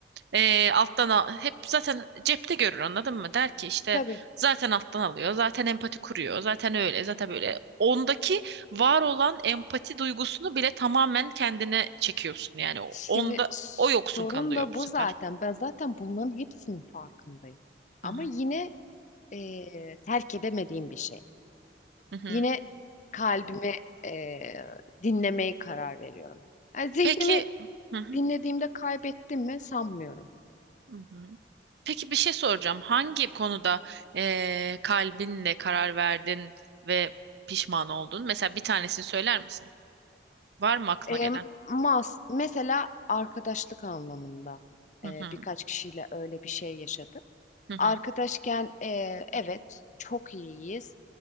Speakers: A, on the right; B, on the left.
A: Ee, alttan al hep zaten cepte görür anladın mı? Der ki işte
B: Tabii.
A: zaten alttan alıyor, zaten empati kuruyor, zaten öyle, zaten böyle. Ondaki var olan empati duygusunu bile tamamen kendine çekiyorsun. Yani
B: Şimdi
A: onda
B: s-
A: o yoksun
B: sorun
A: kalıyor
B: da
A: bu
B: bu
A: sefer.
B: zaten. Ben zaten bunların hepsinin farkındayım. Ama
A: Hı hı.
B: yine eee, terk edemediğim bir şey.
A: Hı hı.
B: Yine kalbimi eee dinlemeye karar veriyorum. Yani zihnimi
A: Peki hı hı.
B: dinlediğimde kaybettim mi sanmıyorum.
A: Hı hı. Peki bir şey soracağım. Hangi konuda ee, kalbinle karar verdin ve pişman oldun? Mesela bir tanesini söyler misin? Var mı aklına
B: Eee,
A: gelen?
B: mas mesela arkadaşlık anlamında
A: Hı
B: eee,
A: hı.
B: birkaç kişiyle öyle bir şey yaşadım.
A: Hı hı.
B: Arkadaşken e, evet çok iyiyiz.